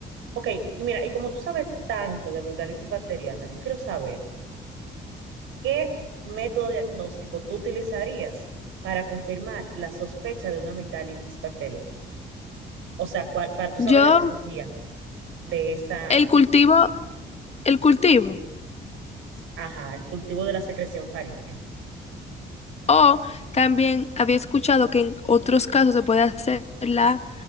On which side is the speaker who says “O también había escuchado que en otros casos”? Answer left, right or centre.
Left